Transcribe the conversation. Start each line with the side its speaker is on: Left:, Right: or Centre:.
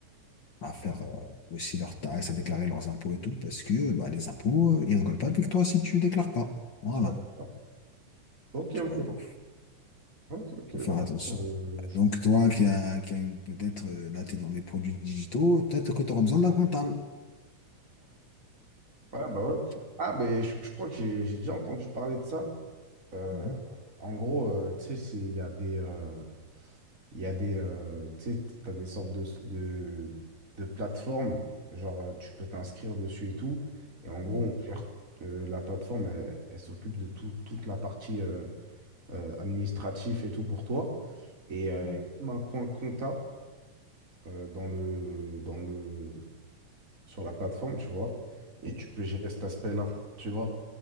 Left: à faire euh, aussi leurs taxes, à déclarer leurs impôts et tout, parce que bah, les impôts, euh, ils rigolent pas avec toi si tu déclares pas. Voilà.
Right: d'accord. Ok,
Left: Tu
Right: ok,
Left: vois, donc
Right: ok, ok.
Left: faut
Right: ouais.
Left: faire attention.
Right: Euh, je
Left: Donc,
Right: dis-
Left: toi qui a qui a une- peut-être, euh, là, tu es dans les produits digitaux, peut-être que tu auras besoin d'un comptable.
Right: ouais, bah ouais.
Left: Tu vois.
Right: Ah, ben, je, je crois que j'ai j'ai déjà entendu parler de ça. Euh,
Left: Mhm.
Right: en gros, euh, tu sais, c'est- il y a des... euh, Il y a des, euh, tu sais, t'as des sortes de, de, de plateformes, genre euh, tu peux t'inscrire dessus et tout. Et en gros,
Left: Ouais,
Right: on gère, euh, la plateforme, elle, elle s'occupe de tout- toute la partie euh, euh, administrative et tout pour toi. Et euh,
Left: ouais,
Right: il y a même un coin compta euh, dans le, dans le, sur la plateforme, tu vois. Et tu peux gérer cet aspect-là, tu vois.